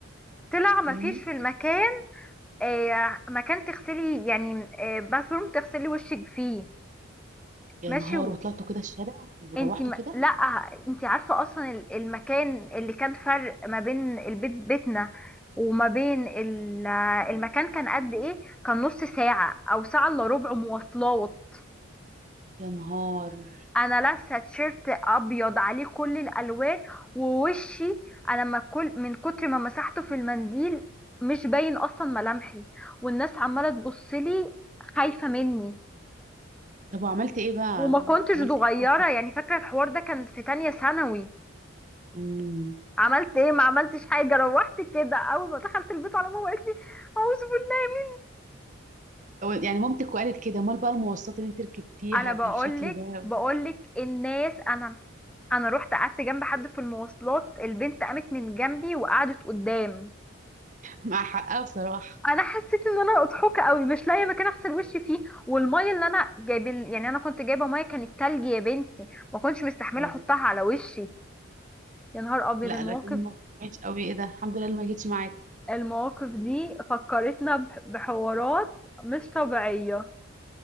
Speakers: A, in the centre; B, on the right (about 35°).
A: طلع مفيش
B: مم.
A: في المكان آه، مكان تغسلي يعني آه، باثروم تغسلي وشك فيه
B: يا
A: ماشي
B: نهار
A: و...
B: وطلعتوا كده الشارع وروحتوا
A: انت م...
B: كده
A: لا انت عارفه اصلا ال- المكان اللي كان فرق ما بين البيت بيتنا وما بين ال- آه، المكان كان قد ايه كان نص ساعه او ساعه الا ربع مواصلات
B: يا نهار
A: انا لابسه تيشيرت ابيض عليه كل الالوان ووشي انا ما كل من كتر ما مسحته في المنديل مش باين اصلا ملامحي والناس عماله تبصلي خايفه مني
B: طب وعملت ايه بقى
A: وما كنتش
B: عملت
A: صغيرة
B: ايه رحت
A: يعني فاكرة الحوار ده كان في تانية ثانوي
B: امم
A: عملت ايه ما عملتش حاجة روحت كده اول ما دخلت البيت على ماما قالت لي اعوذ بالله
B: يعني مامتك وقالت كده امال بقى المواصلات اللي انت ركبتيها
A: انا بقولك
B: بالشكل ده
A: بقولك الناس انا انا رحت قعدت جنب حد في المواصلات البنت قامت من جنبي وقعدت قدام
B: مع حقها بصراحة
A: انا حسيت ان انا اضحوكه قوي مش لاقيه مكان اغسل وشي فيه والميه اللي انا جايب يعني انا كنت جايبه ميه كانت تلج يا بنتي ما كنتش مستحمله
B: اه.
A: احطها على وشي يا نهار ابيض
B: لا
A: المواقف
B: ده كان موقف وحش قوي ايه ده الحمد لله اللي ما جيتش معاك
A: المواقف دي فكرتنا بح- بحوارات مش طبيعية